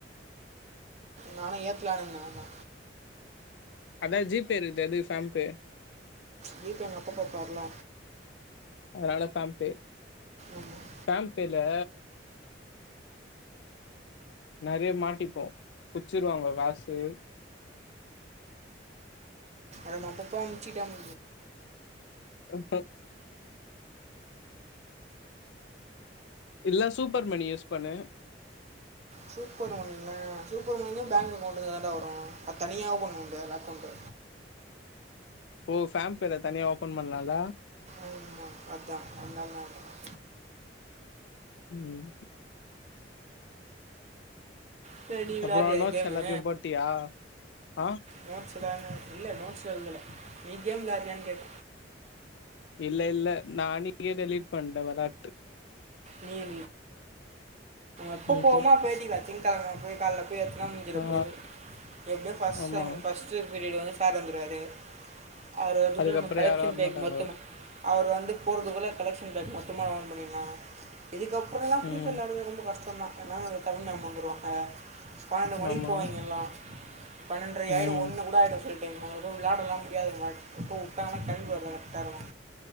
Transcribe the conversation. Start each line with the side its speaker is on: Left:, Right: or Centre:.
Right: நானு ஏத்துலான் இருந்த அத்தா
Left: அதா ஜி பே இருக்குது எதுக் ஃபேம் பே
Right: வீட்டு எங்க அப்பாப் பாப்பாருல
Left: அதுனால ஃபேம் பே
Right: ஆமாம்
Left: ஃபேம் பேல நறைய மாட்டிப்போ பிச்சிருவாங்க வாசு
Right: ஆமா அப்பப்பா அம்சிட்டே <inaudible>
Left: உன்ட இல்ல சூப்பர்மணி யூஸ் பண்ணு
Right: சூப்பர் மணினா சூப்பர் மணினா பேங்க் அக்கௌண்ட்டுக்குதான்டா வரு அதுதனியா ஓபன் பண்ண முடியாதுல அக்கௌண்ட்டு
Left: ஓ ஃபேம் பேல தனியா ஓபன் பண்லால
Right: ஆமா அத்தா அத்னாலதா கேட்ட
Left: ம்
Right: இப்ப நீ விளாட்றியா
Left: அப்றோ நோட்ஸ்
Right: கேம்மு
Left: எல்லாத்தையு போட்டியா ஆ
Right: நோட்ஸலா என்ன இல்ல நோட்ஸ் எழுதுல நீ கேம் விளாயாட்னியான் கேட்ட
Left: இல்ல இல்ல நா அனிக்கே டெலீட் பண்ட வெளாட்டு
Right: நீ எ எப்போ
Left: ம்ஹூம்
Right: போவோமோ அப்ப ஏத்திக்கலா திங்கெழம போய் கால்ல போய் ஏத்தனா முடிஞ்சிர
Left: ஆ
Right: போது எப்டியோ ஃபஸ்ட்
Left: ஆமா
Right: டைம் ஃபஸ்ட் <unintelligible> பீரியடு வந்து சார் வந்துருவாரு அவருகூட
Left: அதுக்கப்றோ
Right: நம்ம கலெக்ஷன்
Left: யாரு வரமாட்டாங்க
Right: பேக் மொத்தமு அவரு வந்து போறதுக்குள்ள கலெக்ஷன் பே மொத்தமா ஓன் பண்ணிடலா இதுக்கப்புறலா ஃப்ரீ
Left: ம்
Right: ஃபயர் வெளாட்றது ரொம்ப கஷ்டோதா எனா தமிழ் மேம் வந்துருவாங்க பன்னெண்டு மணிக்கு
Left: ஆமா
Right: போவாய்ங்கெல்லா பன்னெரை ஆய்டு
Left: ம்
Right: ஒன்னுகூட ஆய்டு சில டைம் அது விளாடல்லா முடியாது உன்னால எப்போ உட்டாங்கனா கெளம்பி வர கரெக்டா இருக்கு